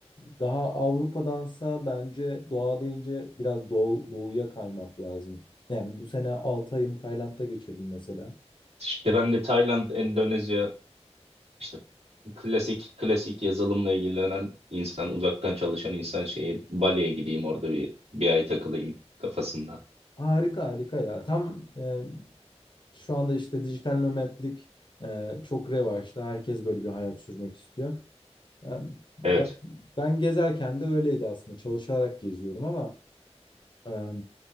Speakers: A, on the left; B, on the right.
A: daha Avrupa'dansa bence doğa deyince biraz doğu, doğuya kaymak lazım. Yani bu sene 6 ayımı Tayland'da geçirdim mesela.
B: İşte ben de Tayland, Endonezya İşte klasik klasik yazılımla ilgilenen insan, uzaktan çalışan insan şeyi Bali'ye gideyim orada bir bir ay takılayım kafasında.
A: Harika harika ya. Tam e, Şu anda işte dijital nomadlik e, çok revaçta. Herkes böyle bir hayat sürmek istiyor. E, ben,
B: Evet,
A: ben gezerken de öyleydi aslında. Çalışarak geziyordum ama e,